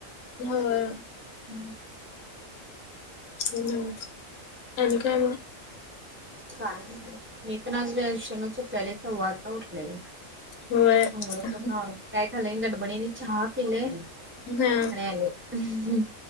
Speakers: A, on the left; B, on the right.
A: होय.
B: हम्म.
A: हो ना, आणि काय मग?
B: काय नाही मी पण आज वेळ उशीरानच उठलेले सव्वा आठ ला उठलेले.
A: होय
B: मंगळ
A: हा
B: काय खलं गडबडीने चहा पिले.
A: हम्म
B: आणि आले हं हम्म.